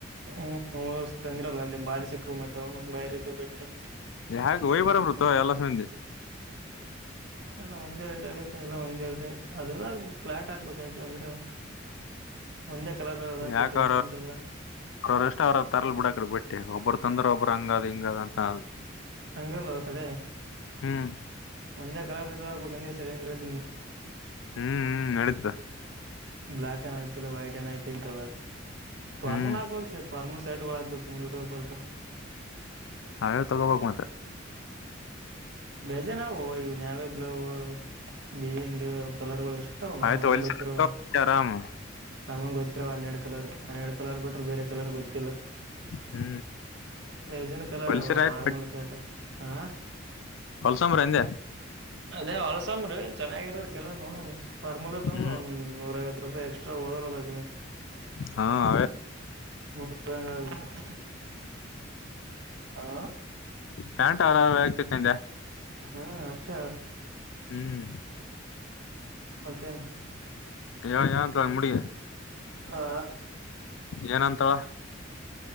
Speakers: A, on the right; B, on the left.
A: ಹ್ಮ್ ನ ತಂದಿರಲ್ಲ ಅಲ್ಲಿ ಬಾಲಿಸಕ್ಕು ಮತ್ತೆ ತೌನು ಬರೆದು ಬಿಟ್ಟೆ
B: ಯಾಕ ಹೋಯ್ ಬರಬ್ರತ ಎಲ್ಲ ಮಂದಿ
A: ಎಲ್ಲ ಒಂದೇ ರೇಟ್ ಆಗತ್ತೆ ಎಲ್ಲ ಒಂದೆ ಇಗ ಅದುದುಾಗಕ್ಬೇಕು ಫ್ಲಾಟ್ ಆಾಕ್ಬೇಕು ಯಾಕೆ ಅಂದ್ರೆ ಒಂದೇ ಕಲರ್ ಅದ ಹಾಕ್ಬೇಕು
B: ಯಾಕ
A: ಅದಕ್ಕೇನಂತಾರಲ್ಲ
B: ಅವ್ರ ಅವ್ರ್ರಷ್ಟ ಅವ್ರ ತರಲ್ ಬಿಡಕಡ ಬಿಟ್ಟೆ ಒಬ್ಬರು ತಂದ್ರ ಒಬ್ಬ್ರ ಹಂಗಾದ ಹಂಗ ಅದಂತದು
A: ಹಂಗಲ್ಲ ಸಳ
B: ಹ್ಮ್
A: ಒಂದೇ ಕಲರದ ಆಗ್ಬೇಕಂದೆ ಸರಿಯಂದ್ದಿನ
B: ಹ್ಮ್ ಹ್ಮ್ ನಡಿದ್ದ
A: ಬ್ಲಾ ಏನ ಯಐತಿಲ್ಲ ವೈಟ್ ಏನ ಯ್ತಿ ಇಂತ ಫಾರ್ಮಲ್
B: ಹ್ಮ್
A: ಹಾಕ್ಬಬೇಕು ಸರ್ ಫಾರ್ಮಲ್ ಸರ್ಟ್ಗಳ ಹಗ್ಬೇಕು ಮುಂದ ಟ್ಟ ಹೋಗ್ ಬಾರತು
B: ಹ ಯಾವ ತಗೋಬಕ್ರರು ಮತ್ತ
A: ಬೇಜ ನಾವು ಇ ನಾವೇ ಬ್ಲವ ಬಯಿಂಗ್ ಕಲರ್ ಗಳು ಎಷ್ಟು ತ
B: ಆಯ್ತು
A: ನಮ್ಗ್
B: ಹೊಲ್ಸ
A: ಗೊತ್ತಿರುವ
B: ಆರಾಮ್
A: ನಮಗ್ ಗೊ ಇ ಹನ್ನೆರಡ್ ಕಲರ್ ಹನ್ನೆರಡು ಕಲರ್ ಬಿ್ರರು ಬೇರೆ ಕಲರ್ ಗೊತ್ತಿಲ್ಲ
B: ಹ್ಮ್
A: ಮಜನ್ ಕಲರ್
B: ಹೊಲ್ಸರ
A: ಅವಾ
B: ಆಯ್ತು
A: ಫಾರ್ಮಲ್ ಶರ್ಟ್ಕ್ಕ ಹಾ
B: ಹೊಲ್ಸಂಬ್ರಂದೆ
A: ಅದೇ ಹೊಲ್ಸಂಬ್ರಿ ಚೆನ್ನಾಗಿರೋ ಕೆಲ್ಲ ನೋಡ ಫ್ಮುಲ ತಗಂಬ್ರ
B: ಹ್ಮ್
A: ಒಂದ ನೂರವತ್ತು ರೂಪಾಯಿ ಎಕ್ಸ್್ರಾ ಹೋದರುಲ್ಲಗಿನ
B: ಹಾ ಹ
A: ಮುಂದೂಟ ಬಂಗ ಹಾ
B: ಪ್ಯಾಂಟ್ ಆರ ಆಗ್ತಕ್ಕಂದೆ
A: ಹಾ ಅಷ್ಟೇ
B: ಹ್ಮ್
A: ಮತ್ತೇನೆ
B: ಯ ಯಾ ತಂದ ಮುಡಿ
A: ಆ
B: ಏನಂತಾವ